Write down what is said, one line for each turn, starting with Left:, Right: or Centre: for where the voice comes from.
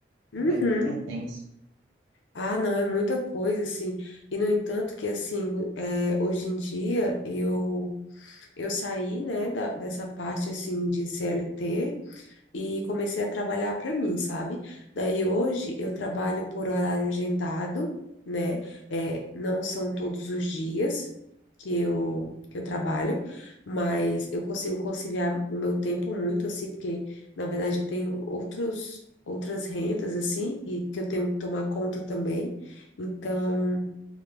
Left: Uhum.
Right: É, é tenso,
Left: Ah, não, é muita coisa, assim. E, no entanto, que, assim, é, hoje em dia, eu, eu saí, né, da, dessa parte, assim, de CLT e comecei a trabalhar para mim, sabe? Daí hoje eu trabalho por horário agendado, né? É, não são todos os dias que eu, que eu trabalho, mas eu consigo conciliar o meu tempo muito, assim, porque na verdade eu tenho outros, outras rendas, assim, e que eu tenho que tomar conta também. Então.